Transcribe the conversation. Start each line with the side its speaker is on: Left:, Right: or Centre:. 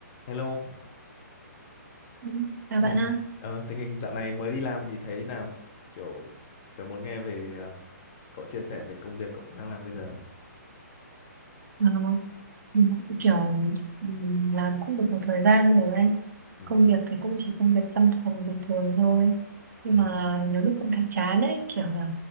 Left: Hello.
Right: Ừ. À
Left: Ừ.
Right: bạn ha,
Left: Ờ, tình hình dạo này mới đi làm thì thấy nào kiểu tớ muốn nghe về ờ, cậu chia sẻ về công việc cậu đang làm bây giờ.
Right: Ờ, mình cũng kiểu mình làm cũng được một thời gian rồi ấy.
Left: Ừ.
Right: Công việc thì cũng chỉ công việc văn phòng bình thường thôi. Nhưng
Left: Ừ.
Right: mà nhiều lúc cũng thấy chán ấy, kiểu là